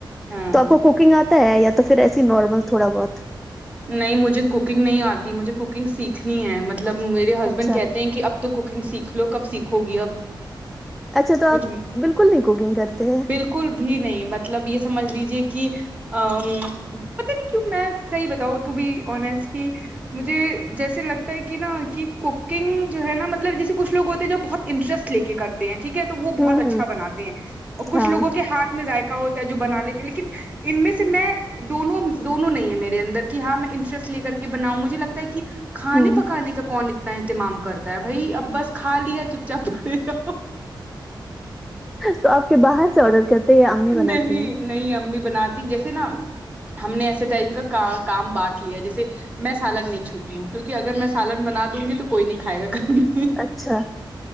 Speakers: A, on the right (about 15°); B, in the centre.
A: ہاں
B: تو آپ کو کوکنگ آتا ہے یا تو پھر ایسے نارمل تھوڑا بہت
A: نہیں مجھے کوکنگ نہیں آتی مجھے کوکنگ سیکھنی ہے م مطلب میرے ہسبینڈ
B: اچھا
A: کہتے ہیں کہ اب تو کوکنگ سیکھ لو کب سیکھو گی اب
B: اچھا تو
A: کچھ
B: آپ بالکل نہیں کوکنگ کرتے ہیں
A: بالکل بھی نہیں مطلب یہ سمجھ لیجیے کہ ا پت نہیں کیوں میں صحیح بتاؤ ٹو بی آسٹ کی مجھے جیسے لگتا ہے کہ نہ کہ کوکنگ جو ہے نہ مطلب جیسے کچھ لوگ ہوتے ہیں جو بہت انٹرسٹ لے کے کرتے ہیں ٹھیک ہے تو وہ
B: ہوں
A: بہت اچھا
B: ہوں
A: بناتے ہیں اور کچھ
B: ہاں
A: لوگوں کے ہاتھ میں ذائقہ ہوتا ہے جو بنا لیتے لیکن ان میں سے میں دونوں دونوں نہیں ہے میرے اندر کہ ہاں میں انٹرسٹ لے کر کے بناؤں مجھے لگتا ہے کہ کھانے
B: ہوں
A: پکانے کا کون اتنا اہتمام کرتا ہے بھائی اب بس کھا لیا چپ چاپ پڑھی رہو
B: تو آپ کے باہر سے آڈر کرتے ہیں یہ امی بناتی
A: نہیں
B: ہیں
A: نہیں امی بناتی جیسے نہ ہم نے ایسے ٹائپ کا کام بانٹ لیا جیسے میں سالن نہیں چھوتی ہوں کیونک اگر میں سالن بنا دوں گی تو کوئی نہیں کھائے گا گھر میں
B: اچھا